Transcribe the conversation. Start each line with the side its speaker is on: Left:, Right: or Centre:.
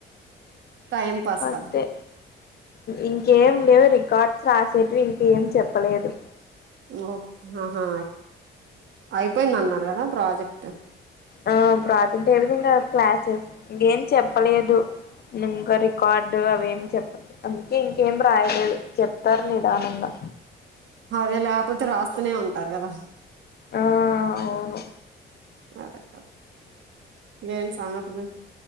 Right: టైమ్ పాస్
Left: అంతే
Right: కి
Left: ఇంకేం లేవు రికార్డ్స్ రాసేటీవీ ఇంకేం చెప్పలేదు
Right: ఓకే ఆహా అయిపోయింది అన్నారు కదా ప్రాజెక్ట్
Left: ఆ ప్రాజెక్టు ఏ విధంగా ఇంకా క్లాసెస్ ఇంకేం చెప్పలేదు ఇంకా రికార్డ్ డు అవేం చెప్పలే అందుకే ఇంకేం రాయలేదు చెప్తారు నిదానంగా
Right: అదేలే లేకపోతే రాస్తూనే ఉంటారు కదా
Left: ఆ అవును
Right: అదే అదే ఏం సంగతులు